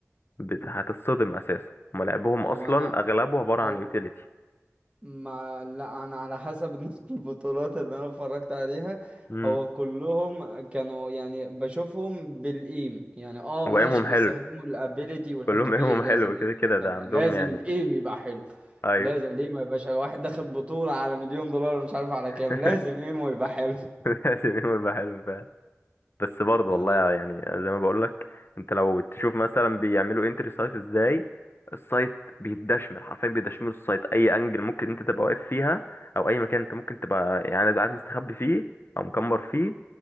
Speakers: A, on the left (about 50°); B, on the right (about 25°).
A: بت- هتتصدم اساسا هما لعبهم
B: هو
A: اصلا
B: انا
A: اغلبه عبارة
B: او
A: عن يوتيليتي
B: ما لا انا على حسب <laughs> البطولات اللي انا اتفرجت عليها
A: امم
B: هو كلهم كانوا يعني بشوفهم بالايم يعني اه
A: وايمهم
B: ماشي بيستخدموا
A: حلو
B: الابيليتي والحلو
A: كلهم
B: طبيعي
A: ايمهم
B: لازم
A: حلو كده
B: يبقوا
A: كده ده
B: حلوة
A: عندهم
B: لازم
A: يعني
B: الايم يبقى حلو
A: ايوه
B: لازم ليه ما يبقاش حلو؟ واحد داخل بطولة على مليون دولار مش عارف على كام
A: <laughs>
B: لازم ايمه يبقى حلو
A: لازم ايمهم يبقى حلو فعلا بس برضه
B: اه
A: والله يعني زي ما بقولك انت لو تشوف مثلا بيعملوا انتري سايت ازاي السايت بيتدشمل حرفيا بيدشملوا السايت اي انجل ممكن انت تبقى واقف فيها او اي مكان انت ممكن تبقى يعني قاعد مستخبي فيه او مكمر فيه